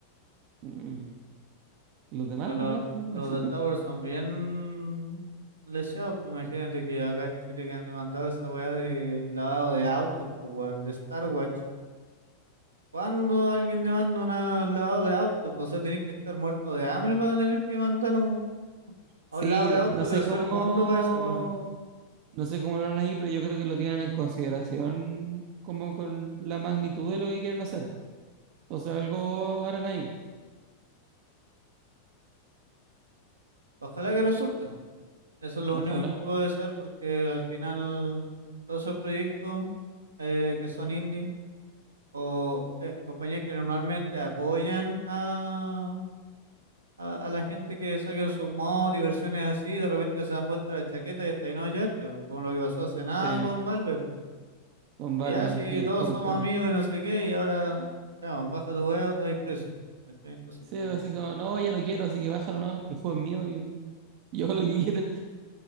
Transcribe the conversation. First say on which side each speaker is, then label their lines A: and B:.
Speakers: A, on the right; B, on the right.
A: Mm, que los demanden,
B: Porque lo-
A: ¿no? <laughs>
B: los
A: Pues,
B: de Tower son bien leseados. Pues imagínate que acá en Chile que han demandado esa weá de lavado de autos, pues weón, de Star Watch. ¿Cuándo alguien demanda una- un lavado de autos? Pues, o sea, tenés que estar muerto de hambre para tener que mandar un,
A: Sí,
B: a un lavado de
A: no,
B: auto
A: no
B: de
A: sé
B: tercer
A: cómo,
B: mundo para eso, weón.
A: no sé cómo lo harán ahí, pero yo creo que lo tienen en consideración como con la magnitud de lo que quieren hacer. po. O sea, algo harán ahí,
B: Ojalá que resulte, weón. Eso es lo
A: po.
B: único
A: ojalá.
B: que puedo desear porque al final todos esos proyectos eh, que son indie. o eh, compañías que normalmente apoyan a, a, a la gente que saque sus mods y versiones así, de repente se dan vuelta la chaqueta y hasta ahí no llegaste, bo, como lo que pasó hace nada
A: Sí.
B: con Valve. bo.
A: con
B: Y
A: Valve
B: ya, sí,
A: y el
B: todos
A: Counter.
B: somos amigos y no sé qué, y ahora, chao, baja tu huevo, te vas preso. ¿cachai? Entonces,
A: Sí,
B: como,
A: así como, no, ya no quiero, así que bájalo, no, que el juego es mío y <laughs> yo hago lo que quiero.